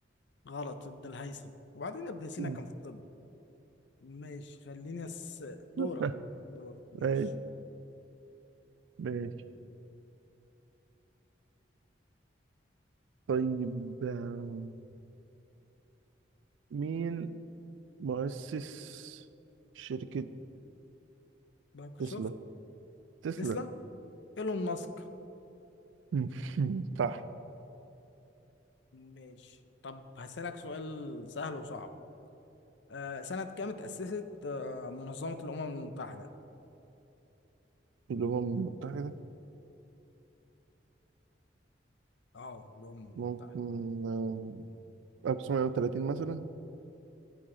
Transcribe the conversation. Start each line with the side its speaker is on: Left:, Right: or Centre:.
Left: غلط ابن الهيثم وبعدين ابن سينا
Right: مم.
Left: كان في الطب ماشي خليني أس...
Right: <laughs>
Left: دورك دورك ماشي
Right: ماشي ماشي طيب آه، مين مؤسس شركة
Left: مايكروسوفت
Right: تسلا تسلا
Left: تسلا ايلون ماسك
Right: مم. <laughs> صح
Left: ماشي طب هسألك سؤال سهل وصعب آه سنة كام اتأسست آه منظمة الأمم المتحدة
Right: الأمم المتحدة
Left: اه الأمم المتحدة
Right: ممكن آه، 1930 مثلا